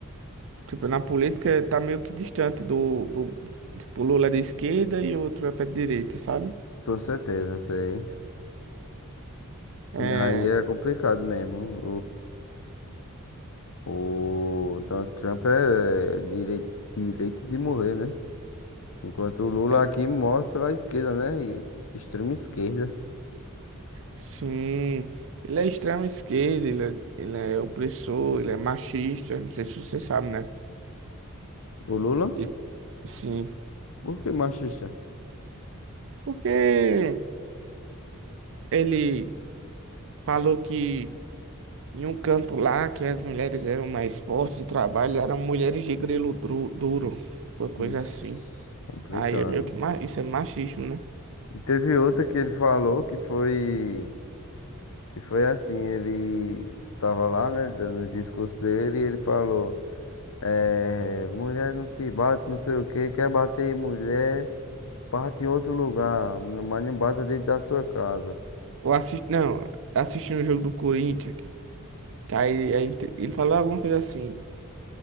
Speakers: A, on the right (about 60°); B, on the left (about 65°).
A: tipo, na política, tá meio que distante do, do tipo, Lula é de esquerda e o outro é pra direita, sabe?
B: com certeza, sei.
A: É,
B: E aí é complicado mesmo. O, o Donald Trump é direito, direito de morrer, né? Enquanto o Lula
A: é,
B: aqui morre pela esquerda, né? E- Extrema esquerda.
A: Sim, ele é extrema esquerda, ele é, ele é opressor, ele é machista, não sei se você sabe, né?
B: O Lula?
A: E, sim,
B: Por que machista?
A: porque ele falou que em um canto lá que as mulheres eram mais fortes e trabalho eram mulheres de grelo dru- duro, uma coisa
B: Ixi,
A: assim.
B: complicado.
A: Aí é meio que ma- isso é machismo, né?
B: E teve outra que ele falou que foi que foi assim, ele tava lá, né, dando o discurso dele e ele falou, é, mulher não se bate, não sei o que quer bater em mulher, bate em outro lugar, não- mas não bata dentro da sua casa.
A: Ou assisti, não, assistindo o jogo do Corinthians, que, que aí, aí ent- ele falou alguma coisa assim,